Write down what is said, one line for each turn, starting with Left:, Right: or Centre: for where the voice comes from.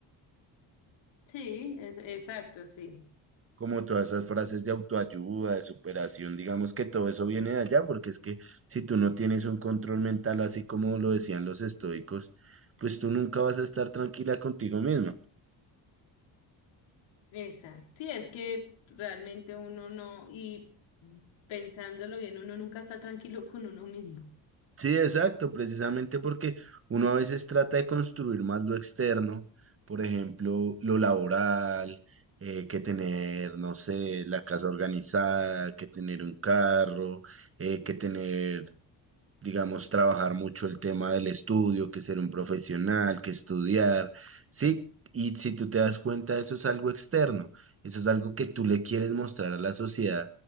Left: Sí, es, exacto, sí.
Right: como todas esas frases de autoayuda, de superación, digamos que todo eso viene de allá, porque es que si tú no tienes un control mental, así como lo decían los estoicos, pues tú nunca vas a estar tranquila contigo misma.
Left: Exacto. Sí, es que realmente uno no, y pensándolo bien, uno nunca está tranquilo con uno mismo.
Right: Sí, exacto, precisamente porque uno a veces trata de construir más lo externo, por ejemplo, lo laboral, eh, que tener, no sé, la casa organizada, que tener un carro, eh, que tener digamos, trabajar mucho el tema del estudio, que ser un profesional, que estudiar, sí, y si tú te das cuenta, eso es algo externo, eso es algo que tú le quieres mostrar a la sociedad.